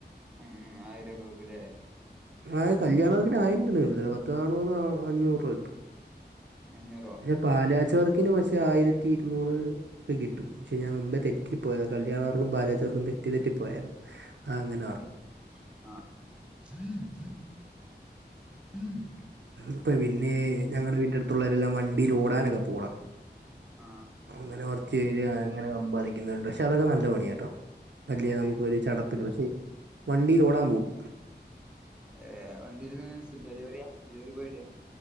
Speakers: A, in the centre; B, on the right.
A: ഉം ആയിരൊക്കെ കിട്ടും ഇല്ലേ
B: ഏയ് കല്ല്യാണവർക്കിന് ആയിരം രൂപ ഒന്നും കിട്ടത്തില്ല പത്ത് നാണുറ് അഞ്ഞൂറ് രൂപ കിട്ടും
A: അഞ്ഞൂറോ
B: പക്ഷെ പാല്കാച്ച് വർക്കിന് പക്ഷെ ആയിരത്തി ഇരുനുറ്- കിട്ടും പക്ഷേ ഞാൻ മുൻപേ തെറ്റിപ്പോയതാ കല്ല്യാണവർക്കും പാല്കാച്ച് വർക്കും തെറ്റി തെറ്റി പോയാരുന്നു ആഹ് അങ്ങനെ പറഞ്ഞു
A: ആഹ് <inaudible>
B: ഇപ്പ പിന്നെ ഞങ്ങടെ വീട്ടിന്റെ അട്ത്ത് ഉള്ളോരെല്ലാം വണ്ടീല് ഓടാനൊക്കെ പോവുവെട
A: ആ
B: അങ്ങനെ വർക് ഏര്യ അങ്ങനെ സമ്പാദിക്കുന്നവരുണ്ട് പക്ഷെ അതൊക്കെ നല്ല പണിയാ കേട്ടോ അല്ലെ
A: ഏത്
B: നമുക്ക് ഒരു ചടപ്പ് <unintelligible> ന് പക്ഷെ വണ്ടീലോടാൻ പോവും
A: ഏ വണ്ടീല് എങ്ങനെയാ ഡെലിവറിയാ ഡെലിവറി ബോയ്ടെയാ